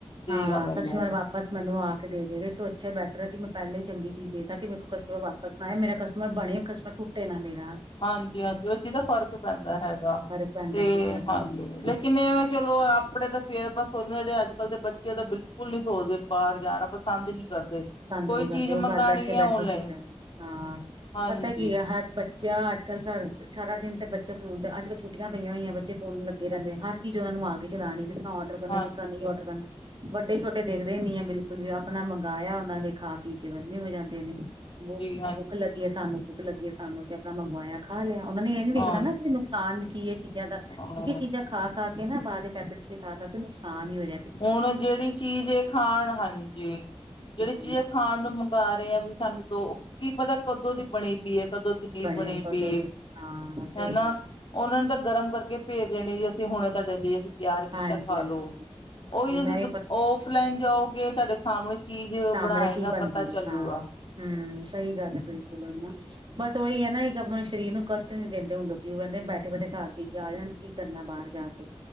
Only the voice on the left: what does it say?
ਦੇਗਾ
ਮੈਨੂੰ
ਹਾਂਜੀ -ਹਾਂਜੀ ਉਹ ਚੀਜ਼ ਦਾ ਫ਼ਰਕ ਪੈਂਦਾ ਹੈਗਾ।
ਤੇ
ਹਾਂਜੀ
ਲੇਕਿਨ
ਇਹਵੇਂ ਕੇ ਲੋਕ ਆਪਣੇ ਤਾਂ ਫੇਰ ਬਸ ਹੁਣ ਜਿਹੜੇ ਅੱਜ ਕੱਲ ਦੇ ਬੱਚੇ ਉਹ ਤੇ ਬਿਲਕੁਲ ਨੀ ਸੋਚਦੇ ਬਾਹਰ ਜਾਣਾ ਪਸੰਦ ਹੀ ਨਹੀਂ ਕਰਦੇ।
ਕੋਈ
ਚੀਜ਼
ਮੰਗਾਣੀ
ਹੈ ਔਨਲਾਈਨ
ਹਾਂਜੀ,
ਹਾਂਜੀ,
ਹਾਂਜੀ,
ਹਾਂਜੀ।
ਹਾਂ,
ਹਾਂ,
ਹੁਣ ਜਿਹੜੀ ਚੀਜ਼ ਖਾਣ ਹਾਂਜੀ।
ਜਿਹੜੀ ਚੀਜ਼ ਆ ਖਾਣ ਨੂੰ ਮੰਗਾ ਰਹੇ ਆ ਵੀ ਸਾਨੂੰ ਦੋ ਕੀ ਪਤਾ ਕੱਦੋਂ ਦੀ ਬਣੀ ਪਈਏ ਕਦੋਂ ਦੀ ਚੀਜ਼ ਬਣੀ
ਪਈ
ਹਨਾ
ਉਹਨਾਂ ਨੂੰ ਤਾਂ ਗਰਮ ਕਰਕੇ ਭੇਜ ਦੇਣੀ ਜੀ ਅਸੀਂ ਹੁਣੇ ਤੁਹਾਡੇ ਲਈ ਅਸੀਂ ਤਿਆਰ ਕੀਤਾ
ਖਾ
ਲੋ ਉਹੀ
ਤੁਸੀਂ
ਔਫ ਲੈਨ ਜਾਓਗੇ ਤੁਹਾਡੇ ਸਾਹਮਣੇ ਚੀਜ਼
ਬਣਾਏਗਾ
ਪਤਾ ਚੱਲੂਗਾ।